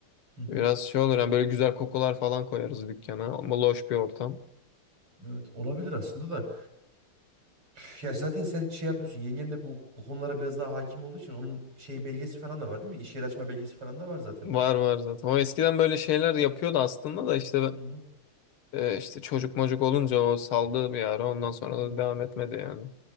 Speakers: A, on the right; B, on the left.
A: Hı hı.
B: Biraz şey olur yani böyle güzel kokular falan koyarız dükkana. Ama loş bir ortam.
A: Evet, olabilir aslında da. Üf, Ya zaten sen şey yapıyorsun. Yengen de bu, bu konulara biraz daha hakim olduğu için onun şey belgesi falan da var değil mi? İş yeri açma belgesi falan da var zaten.
B: Var var zaten. O eskiden böyle şeyler yapıyordu aslında da işte
A: Hı hı.
B: e, işte çocuk mocuk olunca o saldığı bir ara ondan sonra da
A: Evet.
B: devam etmedi yani.